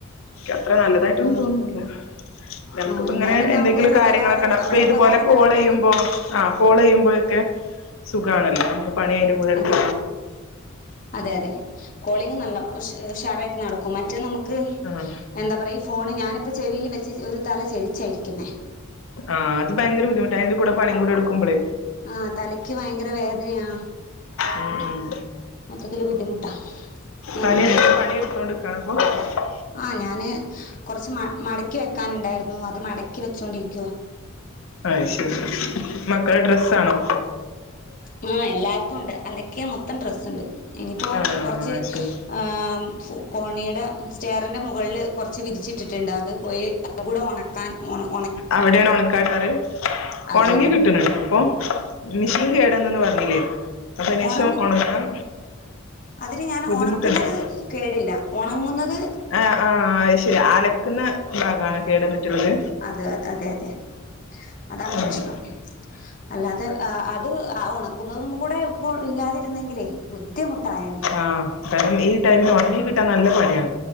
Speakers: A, on the left; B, on the left.
A: ക്കത്ര നല്ലതായിട്ടൊന്നും
B: ആ
A: തോന്നുന്നില്ല. നമുക്കിപ്പ
B: ആ എന്നാലും
A: ഇങ്ങനെ എന്തെങ്കിലും
B: നമുക്കൊരു
A: കാര്യങ്ങളൊ
B: ഉപകാരം
A: അപ്പൊ
B: നമ്മുടെ
A: ഇതുപോലെ
B: ഉപകാരം
A: കോളെയുമ്പോ
B: നടക്കാന്
A: ആഹ് കോളെയുമ്പോഴൊക്കെ സുഖാണല്ലോ. നമുക്ക് പണി അയ്ന്റെ കൂടെ എടുക്ക
B: അതെ അതെ അതെ. കോളിങ് നല്ല ഉഷ് ഉഷാറായിട്ട് നടക്കും. മറ്റേ നമുക്ക്
A: ആഹ്.
B: എന്താ പറയ് ഈ ഫോണ് ഞാനിപ്പോ ചെവീല് വെച്ച് ഒരു തല ചെരിച്ചായിരിക്കുന്നേ.
A: ആഹ് അത് ഭയങ്കര ബുദ്ധിമുട്ട. അയ്ന്റെ കൂടെ പണിയും കൂടെ എടുക്കുമ്പളേ
B: ആഹ് തലയ്ക്ക് ഭയങ്കര വേദനയാ.
A: ഉം ഉം
B: മൊത്തത്തില് ബുദ്ധിമുട്ടാ പിന്നെ
A: പണി പണി എടുത്തോണ്ട് <unintelligible>
B: ആഹ് ഞാന് കൊറച്ച് മ മടക്കി വെക്കാാനുണ്ടായിരുന്നു അത് മടക്കി വെച്ചോണ്ടിരിക്കുവ
A: അഹ് ശരി മക്കള ഡ്രെസ്സാണോ
B: ആഹ് എല്ലാര്തുണ്ട് അലക്കിയാ മൊത്തം ഡ്രെസ്സുണ്ട് ഇനിയിപ്പോ
A: ആഹ്
B: കൊറച്ച്
A: ആഹ് ശരി
B: ആഹ് കോണീടെ സ്റ്റേറിൻ്റെ മുകളിൽ കുറച്ച് വിരിച്ചിട്ടിട്ടുണ്ട് അത് പോയി <unintelligible> കൂടെ ഉണക്കാൻ ഓണം
A: അവിടെയാണാ ഒണക്കാൻ ഇടാറ്
B: അതെ
A: ഒണങ്ങി
B: അതെ
A: കിട്ടുന്നുണ്ടോപ്പം മിഷ്യൻ കേട് വന്നണ്ണ് പറഞ്ഞില്ലേ അപ്പൊ അയിന്
B: ഒണ
A: ശേഷം ഒണങ്ങാൻ
B: അതിന് ഞാൻ
A: ബുദ്ധിമുട്ടുണ്ടോ
B: ഒണക്കുന്നത് കേടില്ലാ ഒണങ്ങുന്നത്
A: ആഹ് ആഹ് അയ് ശെരി അലക്കുന്ന ഭാഗാണോ കേടന്നിട്ട്ള്ളത്
B: അത് അതെ അതെ അതാണ്
A: ആഹ്
B: പ്രശ്നം അല്ലാതെ ഏഹ് അത് ആ ഒണ ക്കുന്നതും കൂടെ ഇപ്പോൾ ഇല്ലാതിരുന്നെങ്കിലേ ബുദ്ധിമുട്ടായേനെ
A: ആഹ് കാരണം ഈ ടൈമില് ഒണങ്ങി കിട്ടാൻ നല്ല പണിയാണ്